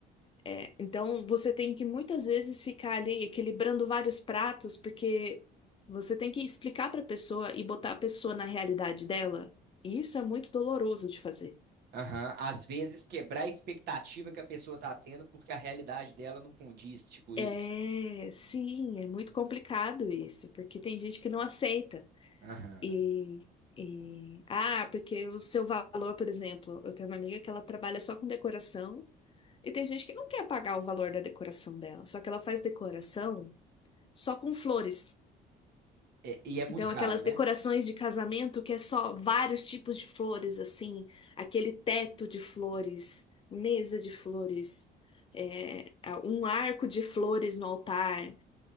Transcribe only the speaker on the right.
aham. Às vezes quebrar a expectativa que a pessoa tá tendo porque a realidade dela não condiz, tipo isso.
Aham.
É, e é muito
caro,
né?